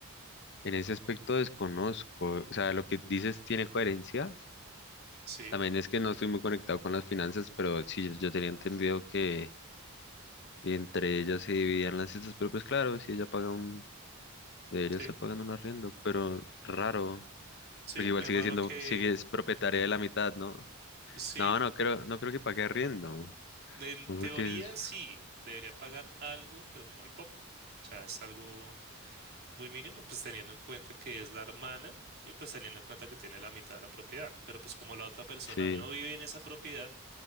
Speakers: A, on the left; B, on the right.
A: en ese aspecto desconozco. O sea, lo que dices tiene coherencia.
B: Sí,
A: También es que no estoy muy conectado con las finanzas, pero sí, yo yo tenía entendido que, que entre ellas se dividían las cestas, pero pues claro, si ella paga un, debería
B: sí,
A: estar pagando un arriendo, pero raro.
B: sí,
A: Porque igual
B: es
A: sigue
B: raro
A: siendo,
B: que
A: sigue es propietaria de la mitad, ¿no?
B: sí,
A: No, no creo, no creo que pague arriendo.
B: en
A: No,
B: teoría
A: porque es-
B: sí, debería pagar algo, pero muy poco. O sea, es algo Muy mínimo, pues teniendo en cuenta que es la hermana y pues teniendo en cuenta que tiene la mitad de la propiedad. Pero pues como la otra persona
A: sí,
B: aún no vive en esa propiedad,